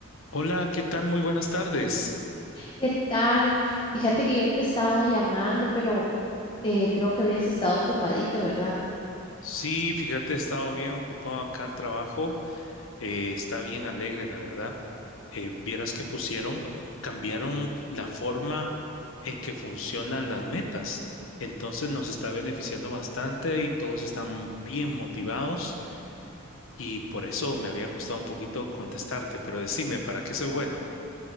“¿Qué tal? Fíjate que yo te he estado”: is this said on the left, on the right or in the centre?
Left